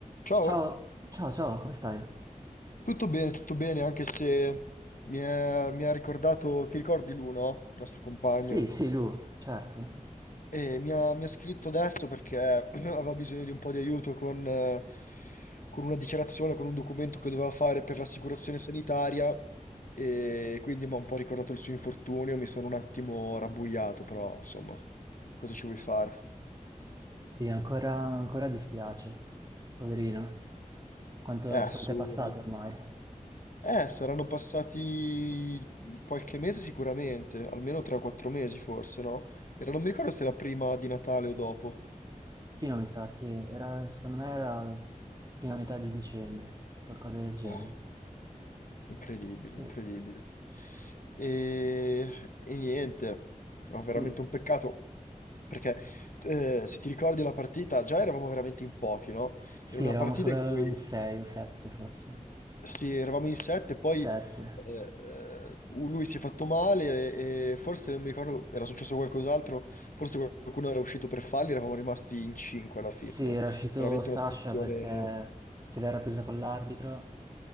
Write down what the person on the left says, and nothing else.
Ciao,
tutto bene, tutto bene, anche se mi è- mi ha ricordato, ti ricordi Luno, il nostro compagno?
E mi ha, mi ha scritto adesso perché <clears throat> aveva bisogno di un po' di aiuto con, eh, con una dichiarazione, con un documento che doveva fare per l'assicurazione sanitaria e quindi mi ha un po' ricordato il suo infortunio, mi sono un attimo rabbuiato, però insomma, cosa ci vuoi fare?
È assurdo.
Eh, saranno passati qualche mese sicuramente, almeno 3-4 mesi forse, no? Era, non mi ricordo se era prima di Natale o dopo.
Eh, incredibile,
incredibile. E, e niente, no, veramente
un peccato. Perché eh, se ti ricordi la partita, già eravamo veramente in pochi, no?
Era una
partita
in cui
Sì, eravamo in sette, poi
eh, eh, lui si è fatto male e, e forse non mi ricordo, era successo qualcos'altro, forse qualcuno era uscito per falli, eravamo rimasti in cinque alla fine.
Veramente
una situazione...